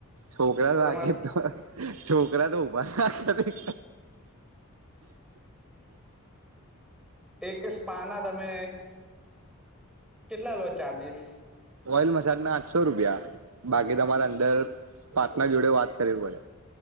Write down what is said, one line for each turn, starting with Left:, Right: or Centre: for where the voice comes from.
Right: છોકરા
Centre: તો
Right: લાગે
Centre: તમારે
Right: તો, છોકરા તો ઉભા ન થાય.
Centre: એકે સ્પા ના તમે કેટલા લો ચાર્જિસ?
Right: ઓઇલ મસાજ ના આઠસો રૂપિયા, બાકી તમારા અંદર પાર્ટનર જોડે વાત કરવી પડે.